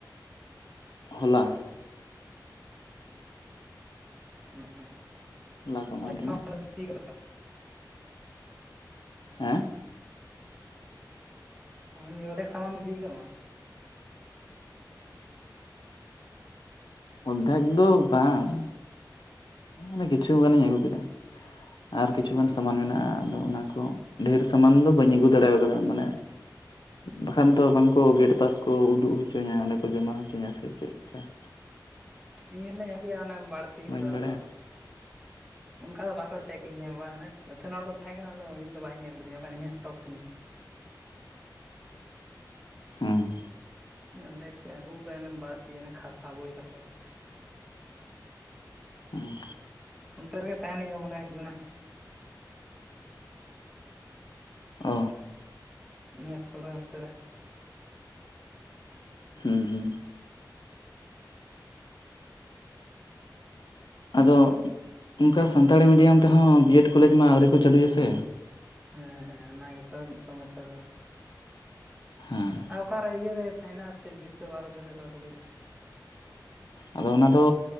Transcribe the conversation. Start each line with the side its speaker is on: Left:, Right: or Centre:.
Left: ᱦᱚᱞᱟ,
Centre: <unintelligible>
Left: ᱦᱚᱞᱟ ᱠᱚ ᱮᱢᱟ ᱫᱤᱧᱟ ᱦᱮᱸ,
Centre: ᱚ ᱚᱫᱷᱮᱠ ᱥᱟᱢᱟᱱ ᱤᱫᱤᱠᱟᱜ ᱛᱟᱢᱟ?
Left: ᱚᱫᱷᱮᱠ ᱫᱚ ᱵᱟᱝ, ᱢᱟᱱᱮ ᱠᱤᱪᱷᱩ ᱜᱟᱱᱤᱧ ᱟᱹᱜᱩ ᱠᱮᱫᱟ ᱟᱨ ᱠᱤᱪᱷᱩ ᱜᱟᱱ ᱥᱟᱢᱟᱱ ᱢᱮᱱᱟᱜᱼᱟ ᱾ ᱚᱱᱟ ᱠᱚ ᱰᱷᱮᱨ ᱥᱟᱢᱟᱱ ᱫᱚ ᱵᱟᱹᱧ ᱟᱹᱜᱩ ᱫᱟᱲᱮ ᱠᱟᱫᱟ ᱢᱟᱱᱮ, ᱵᱟᱠᱷᱟᱱ ᱫᱚ ᱵᱟᱝᱠᱚ ᱜᱮᱴ ᱯᱟᱥ ᱠᱚ ᱩᱫᱩᱜ ᱦᱚᱪᱚᱧᱟ ᱚᱸᱰᱮ ᱠᱚ ᱡᱚᱢᱟ ᱦᱚᱪᱚᱧᱟ ᱥᱮ ᱪᱮᱫ, <unintelligible>
Centre: ᱤᱱ ᱦᱤᱞᱚᱧ ᱟᱹᱜᱩᱭᱟ ᱚᱱᱮ ᱵᱟᱹᱲᱛᱤ
Left: ᱵᱟᱹᱧ
Centre: ᱠᱚᱫᱚ ᱟᱫᱚ,
Left: <inaudible>
Centre: ᱚᱱᱠᱟ ᱫᱚ ᱵᱟᱠᱚ ᱪᱮᱠ ᱞᱮᱫᱤᱧᱟ ᱵᱟᱝ ᱮᱛᱷᱟᱹᱱ ᱦᱚᱲ ᱠᱚ ᱛᱟᱦᱮᱸ ᱠᱟᱱᱟ ᱟᱫᱚ ᱤᱧ ᱫᱚ ᱵᱟᱭ ᱧᱮᱞ ᱞᱤᱫᱤᱧ ᱵᱟᱠᱷᱟᱱ ᱤᱧᱟᱹᱜ ᱟᱴᱚᱠ ᱠᱤᱧᱟᱹ ᱾
Left: ᱦᱩᱸ
Centre: ᱤᱧ ᱟᱫᱷᱮ ᱠᱚ ᱟᱹᱜᱩ ᱠᱟᱜ ᱵᱟᱹᱲᱛᱤ ᱠᱷᱟᱛᱟ ᱵᱳᱭ ᱠᱷᱟᱛᱟ ᱠᱚ,
Left: ᱦᱩᱸ
Centre: ᱚᱱᱛᱮ ᱨᱮᱜᱮ ᱛᱟᱦᱮᱱ ᱦᱩᱭᱩᱜᱼᱟ ᱢᱚᱱᱮ ᱦᱩᱭᱩᱜ ᱠᱟᱱᱟ
Left: ᱚ
Centre: ᱢᱮᱥ ᱠᱚᱨᱮ ᱚᱱᱛᱮ ᱨᱮ
Left: ᱦᱩᱸ ᱦᱩᱸ ᱟᱫᱚ ᱚᱱᱠᱟ ᱥᱟᱱᱛᱟᱲᱤ ᱢᱤᱰᱤᱭᱟᱢ ᱛᱮᱦᱚᱸ ᱵᱤᱭᱮᱰ ᱠᱚᱞᱮᱡᱽ ᱢᱟ ᱟᱹᱣᱨᱤ ᱠᱚ ᱪᱟᱹᱞᱩᱭᱟ ᱥᱮ
Centre: ᱦᱮᱸ ᱦᱮᱸ ᱚᱱᱟ ᱜᱮᱛᱚ ᱥᱚᱢᱚᱥᱟ ᱫᱚ
Left: ᱦᱮᱸ
Centre: ᱟᱨ ᱚᱠᱟᱨᱮ ᱤᱭᱟᱹᱨᱮ ᱛᱟᱦᱮᱸᱱᱟ ᱥᱮ ᱵᱤᱥᱥᱚ ᱵᱷᱟᱨᱚᱛᱤ ᱥᱮ ᱚᱠᱟ ᱠᱚ ᱞᱟᱹᱭᱮᱫ
Left: ᱟᱫᱚ ᱚᱱᱟ ᱫᱚ